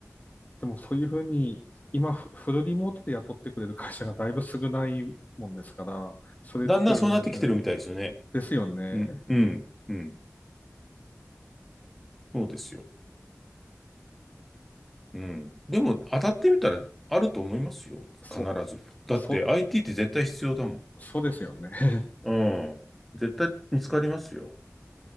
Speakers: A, on the left; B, in the centre.
A: でもそういうふうに、今、フフルリモートで雇ってくれる会社がだいぶ少ないもんですから、それちょっと羨ましいね。
B: だんだんそうなってきてるみたいですよね。
A: ですよね。
B: うん、うん、うん。そうですよ。うん。でも、当たってみたらあると思いますよ。
A: そ
B: 必ず。だって
A: う、そ
B: IT って絶対必要だもん。
A: う、そうですよね。<laughs>
B: うん。絶対見つかりますよ。